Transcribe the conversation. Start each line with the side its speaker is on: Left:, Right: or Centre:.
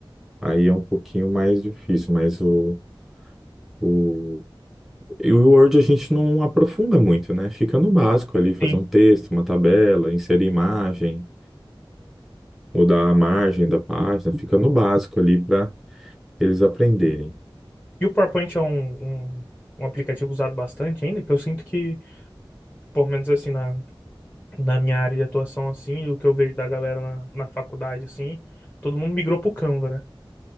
Centre: Aí é um pouquinho mais difícil, mas o, o, e o Word a gente não aprofunda muito, né? Fica no básico ali, fazer
Left: sim.
Centre: um texto, uma tabela, inserir imagem, mudar a margem da página, fica no básico ali para eles aprenderem.
Left: E o PowerPoint é um, um, um aplicativo usado bastante ainda, que eu sinto que, pelo menos assim, na, na minha área de atuação, assim, e o que eu vejo da galera na, na faculdade, assim, todo mundo migrou pro Canva, né?